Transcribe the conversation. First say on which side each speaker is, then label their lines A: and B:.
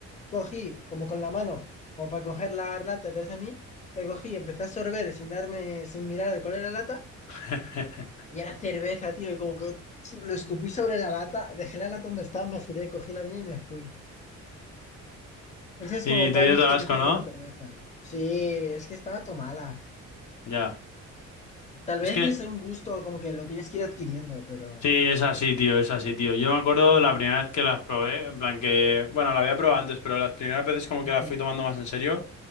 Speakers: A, on the left (about 25°); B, on the left (about 70°).
A: cogí como con la mano, como para coger la lata detrás de mí, la cogí, empecé a sorber sin darme, sin mirar de cuál era la lata.
B: <laughs>
A: Y era cerveza, tío, y como que sí, lo escupí sobre la lata, dejé la lata donde estaba, me giré, cogí la mía y me fui. Esa es
B: Y
A: como
B: te
A: toda
B: dio
A: mi
B: todo
A: experiencia
B: el asco, ¿no?
A: con la cerveza. Sí, es que estaba tomada.
B: Ya.
A: Tal vez
B: Es que
A: es un gusto como que lo tienes que ir adquiriendo, pero...
B: sí, es así, tío, es así, tío. Yo me acuerdo la primera vez que las probé, en plan que, bueno, la había probado antes, pero las primeras veces como
A: Ujú,
B: que las fui tomando más en serio,